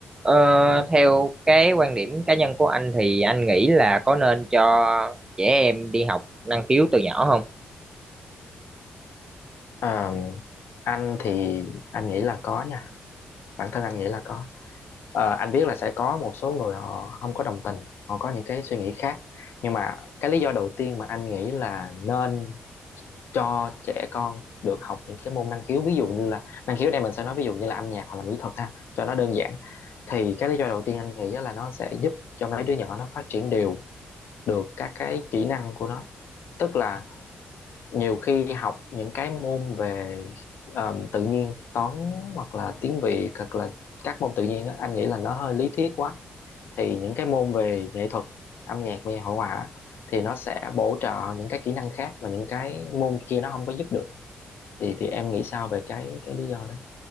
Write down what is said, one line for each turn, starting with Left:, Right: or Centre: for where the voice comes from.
Right: Ờ, theo cái quan điểm cá nhân của anh thì anh nghĩ là có nên cho trẻ em đi học năng khiếu từ nhỏ không?
Left: Ờ, anh thì anh nghĩ là có nha bản thân anh nghĩ là có Ờ, anh biết là sẽ có một số người họ không có đồng tình họ có những cái suy nghĩ khác nhưng mà cái lý do đầu tiên mà anh nghĩ là nên cho trẻ con được học những cái môn năng khiếu ví dụ như là năng khiếu đây mình sẽ nói ví dụ như là âm nhạc hoặc là mỹ thuật ha cho nó đơn giản thì cái lý do đầu tiên anh nghĩ là nó sẽ giúp cho mấy đứa nhỏ nó phát triển đều được các cái kỹ năng của nó tức là nhiều khi học những cái môn về ờm, tự nhiên toán hoặc là tiếng Việt hoặc là các môn tự nhiên á, anh nghĩ là nó hơi lý thuyết quá thì những cái môn về nghệ thuật âm nhạc và hội họa thì nó sẽ bổ trợ những cái kỹ năng khác mà những cái môn kia nó không có giúp được thì thì em nghĩ sao về cái cái lý do đó